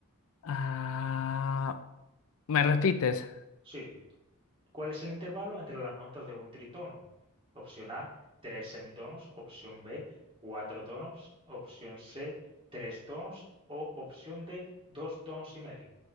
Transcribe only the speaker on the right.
Sí, ¿Cuál es el intervalo entre las notas de un tritono? Opción A, tres semitonos. Opción B, cuatro tonos. Opción C, tres tonos. O opción D, dos tonos y medio.